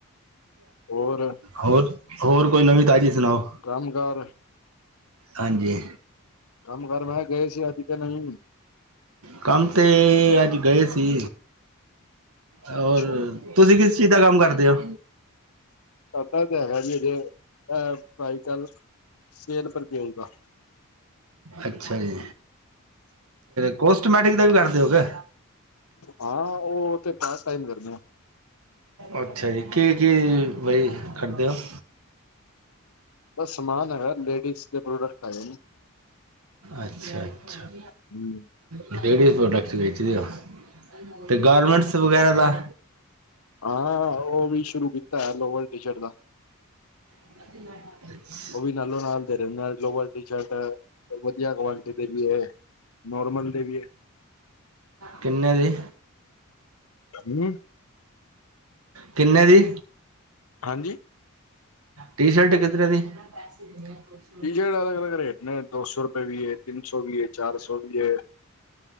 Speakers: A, on the left; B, on the right.
A: ਹੋਰ
B: ਹੋਰ ਹੋਰ ਕੋਈ ਨਵੀਂ ਤਾਜ਼ੀ ਸੁਣਾਓ?
A: ਕੰਮ ਕਾਰ
B: ਹਾਂਜੀ।
A: ਕੰਮ ਕਾਰ ਮੈਂ ਕਿਹਾ ਅੱਜ਼ ਗਏ ਸੀ ਕਿ ਨਹੀ।
B: ਕੰਮ ਤੇ ਅੱਜ ਗਏ ਸੀ ਹੋਰ
A: ਅੱਛਾ
B: ਤੁਸੀ ਕਿਸ ਚੀਜ਼ ਦਾ ਕੰਮ ਕਰਦੇ ੳ?
A: ਆਪਾਂ ਤੇ ਹੈਗੀ ਏ ਹਜੇ ਏ ਭਾਈ ਕਲ ਸੇਲ ਪਰਚੇਜ ਦਾ
B: ਅੱਛਾ ਜੀ, ਕੋਸਟਮੈਟਿਕ ਦਾ ਵੀ ਕਰਦੇ ੳ ਕੇ?
A: ਹਾਂ ਉਹ ਤੇ ਪਾਰਟ ਟਾਈਮ ਕਰਨੇ ਆਂ।
B: ਅੱਛਾ ਜੀ। ਕੀ-ਕੀ ਬਈ ਕਰਦੇ ੳ? <inaudible>
A: ੳਹ ਸਮਾਨ ਹੈਂਗਾ ਲੇਡੀਜ਼ ਦੇ ਪ੍ਰੋਡਕਟ। ਹੈਗੇ
B: ਅੱਛਾ ਅੱਛਾ।
A: ਨੇ
B: ਲੇਡੀਜ਼ ਪ੍ਰੋਡਕਟਸ ਵੇਚਦੇ ਔ, ਤੇ ਗਾਰਮੈਂਟਸ ਵਗ਼ੈਰਾ ਦਾ
A: ਹਾਂ ਉਹ ਵੀ ਸ਼ੁਰੂ ਕੀਤਾ ਹੈ, ਲੋਅਰ ਟੀ ਸ਼ਰਟ ਦਾ।
B: <inaudible>
A: ਉਹ ਵੀ ਨਾਲੋਂ ਨਾਲ ਦੇ ਦਿੰਨੇ ਲੋਅਰ, ਟੀ ਸ਼ਰਟ। ਹੋਰ ਵਧੀਆ ਕੁਆਲਿਟੀ ਦੇ ਵੀ ਏ, ਨੋਰਮਲ ਦੇ ਵੀ ਏ।
B: ਕਿੰਨੇ ਦੀ?
A: ਹੈ
B: ਕਿੰਨੇ ਦੀ?
A: ਹਾਂਜੀ
B: ਟੀ ਸ਼ਰਟ ਕਿਤਨੇ ਦੀ? <inaudible>
A: ਟੀ ਸ਼ਰਟ ਅਲੱਗ ਅਲੱਗ ਰੇਟ ਨੇ ਦੋ ਸੌਂ ਰੁਪਏ ਵੀ ਏ, ਤਿੰਨ ਸੌਂ ਵੀ ਏ, ਚਾਰ ਸੌਂ ਵੀ ਏ।